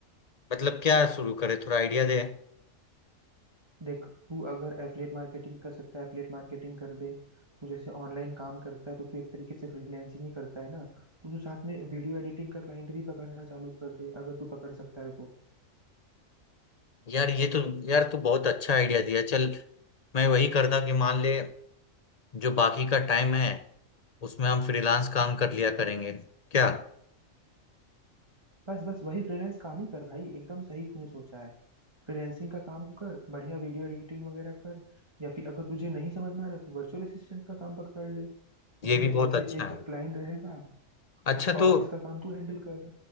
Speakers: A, on the left; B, on the right.
A: मतलब क्या शुरू करे थोड़ा आइडिया दे
B: देख तू अगर एफिलिएट मार्केटिंग कर सकता है एफिलिएट मार्केटिंग कर दे तू जैसे ऑनलाइन काम करता है तो तू एक तरीके से फ्रीलैंसिंग ही करता है ना तो तू साथ में वीडियो एडिटिंग का क्लाइंट भी पकड़ना चालू कर दे अगर तू पकड़ सकता है तो
A: यार ये तो यार तू बहुत अच्छा आइडिया दिया चल मैं वही करता कि मान ले जो बाकी का टाइम है उसमें हम फ्रीलांस काम कर लिया करेंगे क्या
B: बस बस वही फ्रीलांस काम ही कर भाई एकदम सही तूने सोचा है फ्रीलैंसिंग का काम कर बढ़िया वीडियो एडिटिंग वगैरह कर या फिर अगर तुझे नहीं समझ में आ रहा तू वर्चुअल असिस्टेंट का काम पकड़ ले उसमें
A: ये भी बहुत
B: जैसे
A: अच्छा
B: एक
A: है
B: क्लाइंट रहेगा
A: अच्छा
B: उसका ऑफिस
A: तो
B: का काम तू हैंडल कर